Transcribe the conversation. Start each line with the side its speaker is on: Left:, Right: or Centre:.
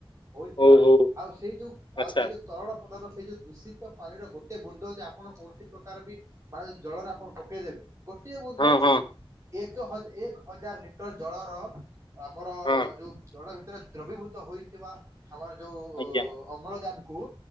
Right: କହୁଛି ପରା
Left: ଓହୋ
Right: ଆଉ ସେଇ ଯଉ
Left: ଆଚ୍ଛା
Right: ଆଉ ସେଇ ଯଉ ତରଳ ପଦାର୍ଥ ସେଇ ଯେଉଁ ଦୂଷିତ ପାଣିର ଗୋଟେ ବୁନ୍ଦ ଯଦି ଆପଣ କୌଣସି ପ୍ରକାର ବି ମାନେ ଯଦି ଜଳରେ ଆପଣ ପକେଇଦେବେ ଗୋଟିଏ ବୁନ୍ଦ
Left: ହଁ ହଁ
Right: ଏକ ହଜ ଏକ ହଜାର ଲିଟର ଜଳର ଆମର
Left: ହଁ
Right: ଜଳ ଭିତରେ ଦ୍ରବୀଭୂତ ହୋଇଇଥିବା ଆମର ଯଉ
Left: ଆଜ୍ଞା
Right: ଅମ୍ଳଜାନ୍ କୁ